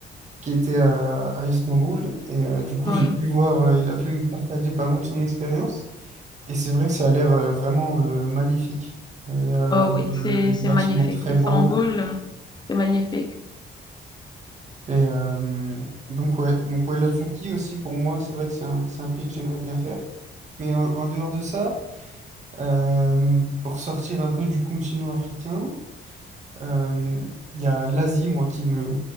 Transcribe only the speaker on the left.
oui.
Oh
oui, c'est
c'est
magnifique.
Istanbul,
c'est magnifique.